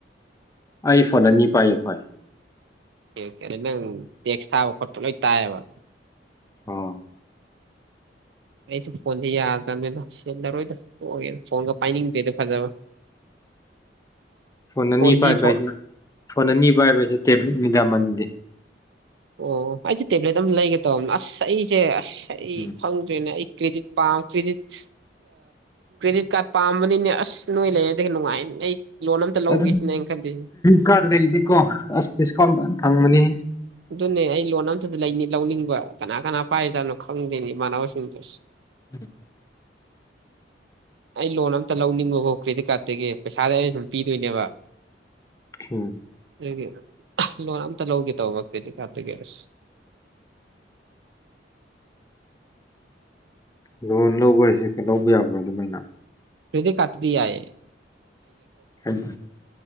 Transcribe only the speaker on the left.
ꯑꯥꯏ ꯐꯣꯅꯅꯤꯄꯥꯏ ꯍ
ꯑ
ꯐꯣꯟ ꯑꯅꯤ
ꯄꯥꯏꯕ
ꯍꯥꯏꯁꯦ ꯐꯣꯟ ꯑꯅꯤ ꯄꯥꯏꯕ ꯍꯥꯏꯁꯦ ꯇꯦꯕ꯭ꯂꯦꯠ ꯃꯤꯗꯥꯃꯟ <inaudible>
ꯎꯝ
ꯑ
ꯀ ꯂꯩꯗꯤ ꯀꯣ ꯑꯁꯇꯁ ꯀꯝꯄ ꯍꯥꯡ ꯃꯅꯤ
ꯎꯝ
ꯊ
ꯂꯣ ꯂꯧꯕ ꯍꯥꯏꯁꯤꯦ ꯂꯧꯕ ꯌꯥꯕ꯭ꯔꯥ ꯑꯗꯨꯃꯥꯏꯅ
ꯍꯥꯏꯗꯤ